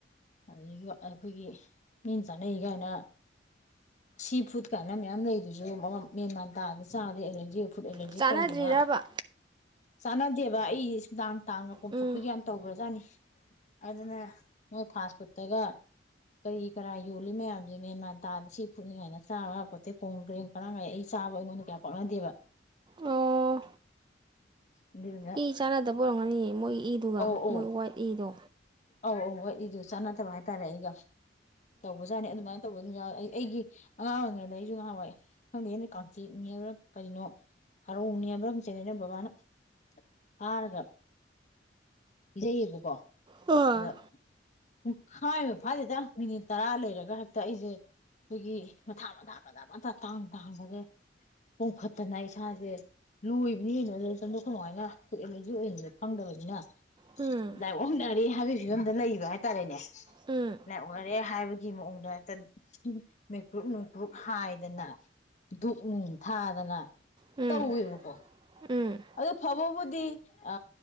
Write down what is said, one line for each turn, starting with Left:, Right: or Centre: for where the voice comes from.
Left: ꯑꯗꯨꯗꯒꯤ ꯑꯩꯈꯣꯏꯒꯤ ꯃꯤꯅ ꯆꯥꯅꯩ ꯀꯥꯏꯅ ꯁꯤ ꯐꯨꯗ ꯀꯥꯏꯅ ꯃꯌꯥꯝ ꯂꯩꯗꯨꯁꯨ ꯃꯦꯟꯃꯥꯟ ꯇꯥꯗ ꯆꯥꯔꯗ ꯑꯦꯂꯔꯖꯤ ꯐꯨꯗ ꯑꯦꯂꯔꯖꯤ
Right: ꯆꯥꯟꯅꯗ꯭ꯔꯤꯔꯕ
Left: ꯇꯧꯗꯅ ꯆꯥꯟꯅꯗꯦꯕ ꯑꯩ ꯁꯨꯗꯥꯡ ꯇꯥꯡꯉ ꯄꯣꯝꯊꯣꯛꯄꯤꯒ
Right: ꯎꯝ
Left: ꯌꯥꯝ ꯇꯧꯕ꯭ꯔꯖꯥꯠꯅꯤ ꯑꯗꯨꯅ ꯃꯣꯏ ꯐꯥꯁ ꯐꯨꯗꯠꯇꯒ ꯀꯔꯤ ꯀꯔꯥ ꯌꯣꯜꯂꯤ ꯃꯌꯥꯝꯁꯦ ꯃꯦꯟ ꯃꯥꯟ ꯇꯥꯗ ꯁꯤ ꯐꯨꯠꯅꯤꯡꯉꯥꯏꯅ ꯆꯥꯔꯒ ꯄꯣꯠꯇꯦꯛ ꯈꯣꯡ ꯀ꯭ꯔꯦꯡ ꯀꯔꯝ ꯀꯥꯏ ꯑꯩ ꯆꯥꯕ ꯑꯩꯉꯣꯟꯗ ꯀꯌꯥ ꯄꯥꯛꯅꯗꯦꯕ
Right: ꯑꯣ
Left: ꯑꯗꯨꯗꯨꯅ
Right: ꯏ ꯆꯥꯟꯅꯗꯕꯔꯝꯒꯅꯤ ꯃꯣꯏꯒꯤ ꯏ ꯑꯗꯨꯒ
Left: ꯑꯧ ꯑꯧ
Right: ꯃꯣꯏ ꯋꯥꯏꯠ ꯏꯗꯣ
Left: ꯑꯧ ꯑꯧ ꯍꯣꯏ ꯑꯩꯗꯨ ꯆꯥꯟꯅꯗꯕ ꯍꯥꯏꯇꯥꯔꯦ ꯑꯩꯒ ꯇꯧꯕꯖꯥꯠꯅꯤ ꯑꯗꯨꯃꯥꯏꯅ ꯇꯧꯕ ꯑꯗꯨꯝ ꯌꯥꯎꯋꯦ ꯑꯩ ꯑꯩꯒꯤ ꯑꯉꯥꯡ ꯑꯣꯏꯔꯤꯉꯩꯗ ꯑꯩꯁꯨ ꯉꯍꯥ ꯍꯏ ꯈꯪꯗꯦ ꯍꯗ ꯀꯆꯤꯠꯅꯦꯕ꯭ꯔ ꯀꯔꯤꯅꯣ ꯍꯔꯥꯎꯅꯦꯕ꯭ꯔ ꯈꯪꯁꯦꯅꯦ ꯑꯩꯅ ꯕꯕꯥꯅ ꯐꯥꯔꯒ ꯄꯤꯖꯩꯌꯦꯕꯀꯣ
Right: ꯑ
Left: ꯑꯗ ꯄꯨꯡꯈꯥꯏ ꯃ ꯐꯥꯁꯤꯦꯗ ꯃꯤꯅꯤꯠ ꯇꯔꯥ ꯂꯩꯔꯒ ꯍꯦꯛꯇ ꯑꯩꯁꯦ ꯑꯩꯈꯣꯏꯒꯤ ꯃꯊꯥ ꯃꯊꯥ ꯃꯊ ꯃꯊ ꯇꯥꯡ ꯇꯥꯡꯕꯁꯦ ꯄꯣꯈꯠꯇꯅ ꯏꯁꯥꯁꯦ ꯂꯣꯏꯕꯅꯦꯅꯗ ꯆꯪꯗꯣꯛꯀꯃꯥꯏꯅꯂꯔꯖꯤ ꯑꯣꯏꯅ ꯐꯪꯗꯕꯁ ꯅ
Right: ꯎꯝ
Left: ꯂꯥꯏꯑꯣꯡꯅꯔꯦ ꯍꯥꯏꯕꯒꯤ ꯐꯤꯕꯝꯗ ꯂꯩꯕ ꯍꯥꯏꯇꯥꯔꯦꯅꯦ
Right: ꯎꯝ
Left: ꯂꯥꯏꯑꯣꯛꯅꯔꯦ ꯍꯥꯏꯕꯒꯤ ꯃꯑꯣꯡꯗ ꯍꯦꯛꯇ ꯃꯩꯀ꯭ꯔꯨꯨꯞ ꯅꯨꯡꯀ꯭ꯔꯨꯨꯞ ꯍꯥꯏꯗꯅ ꯙꯛ ꯅꯨꯡ ꯊꯥꯗꯅ
Right: ꯎꯝ
Left: ꯇꯧꯋꯦꯕꯀꯣ
Right: ꯎꯝ
Left: ꯑꯗꯨꯗ ꯐꯕꯕꯨꯗꯤ ꯑ